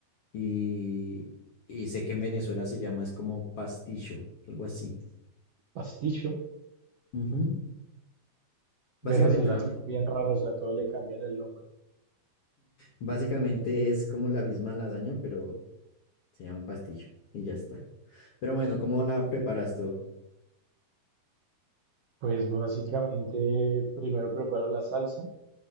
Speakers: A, on the left; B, on the right.
A: y, y sé que en Venezuela se llama es como pasticho, algo así.
B: pasticho
A: Ujú. Básicamente
B: venezolano,
A: la misma.
B: son bien raro, o sea, todo le cambian el nombre.
A: Básicamente es como la misma lasaña, pero se llama pastillo y ya está. Pero bueno, ¿cómo la preparas tú?
B: Pues básicamente primero preparo la salsa